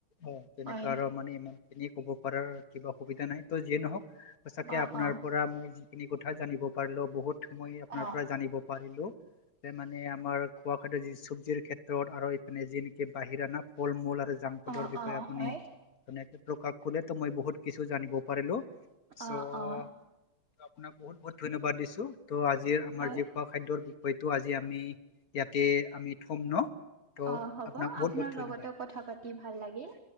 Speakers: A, on the left; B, on the right.
A: অঁ' তেনেকা
B: হয়,
A: আৰু মানে ইমান খিনি ক'ব পাৰ কিবা অসুবিধা নাই ত' যিয়ে নহক- সচাকে
B: অ',
A: আপোনাৰ
B: অ',
A: পৰা মই যিখিনি কথা জানিব পাৰিলো বহুত মই আপোনাৰ
B: অ',
A: পৰা জানিব পাৰিলো। মানে আমাৰ খোৱা খাদ্যৰ যি চব্জিৰ ক্ষেত্ৰত আৰু এইপিনে যি নিকি বাহিৰা না ফল মূল আৰু- জাংক ফুডৰ
B: অ',
A: বিষয়ে
B: অ
A: আপুনি-
B: হয়,
A: ধুনীয়াকে প্ৰকাশ কৰিলে তো মই বহুত কিছু জানিব পাৰিলো। চ'-
B: অ',
A: ত'
B: অ',
A: আপোনাক বহুত বহুত ধন্যবাদ দিছো। ত' আজিৰ আমাৰ
B: হয়।
A: যি- খোৱা খাদ্যৰ বিষয়টো আজি আমি ইয়াতে আমি থম ন'। ত'
B: অঁ' হ'ব
A: আপোনাক বহুত
B: আপোনাৰ
A: বহুত
B: লগতেও
A: ধন্যবাদ
B: কথা পাতি ভাল লাগিল।